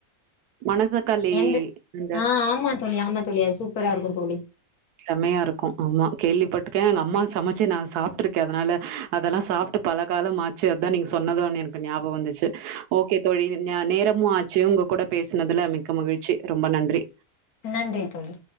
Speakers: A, on the right (about 85°); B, on the left (about 75°).
A: மணத்தக்காளி
B: எந்த
A: இந்த
B: ஆ ஆமா தோழி ஆமா தோழி அது சூப்பரா இருக்கு தோழி
A: செமையா இருக்கு ஆமா கேள்விப்பட்ருக்கே எங்க அம்மா சமைச்சு நா சாப்ட்ருக்கே அதனால அதெல்லா சாப்ட்டு பல காலமாச்சு அதா நீங் சொ சொன்னது எனக்கு ஞாபக வந்துச்சு ஓகே தோழி ந நேரமு ஆச்சு உங்க கூட பேசுனதுல மிக்க மகிழ் ச்சி ரொம்ப நன்றி
B: நன்றி தோழி